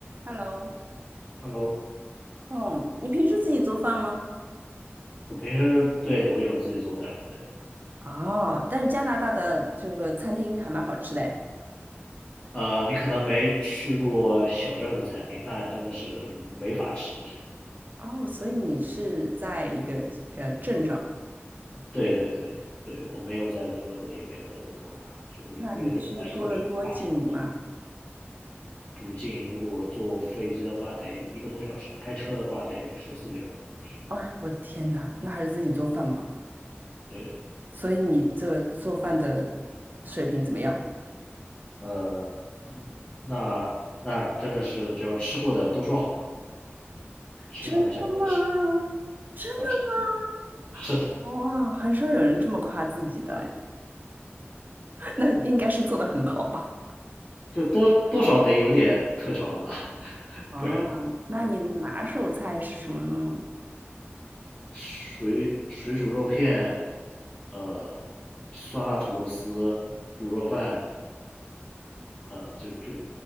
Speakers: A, on the right; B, on the left.
A: Hello，
B: Hello，
A: 哦，你平时自己做饭吗？
B: 我平时对我有自己做饭，对，
A: 哦，但是加拿大的这个餐厅还蛮好吃的诶
B: 呃，你可能没去过小镇的餐厅，那真的是没法吃。
A: 哦，所以你是在一个呃镇上，
B: 对对对对，我没有在多伦多，也没有在温哥华，就是那个对我来说都是个大城市，
A: 那你去多伦多近吗？
B: 不近。如果坐飞机的话，得一个多小时；开车的话，得十四个小时。
A: 哎，我的天呐，那还是自己做饭吧。
B: 对，
A: 所以你这做饭的水平怎么样？
B: 呃，那那真的是只要吃过的都说好，吃了还想再吃
A: 真的吗？真的吗？
B: 啊，是的，
A: 哇，很少有人这么夸自己的，<laughs> 那应该是做的很好吧？
B: 就多多少得有点特长吧，<laughs>
A: 啊，
B: 不然。
A: 那你的拿手菜是什么呢？
B: 水水煮肉片，呃，酸辣土豆丝、卤肉饭，啊，就就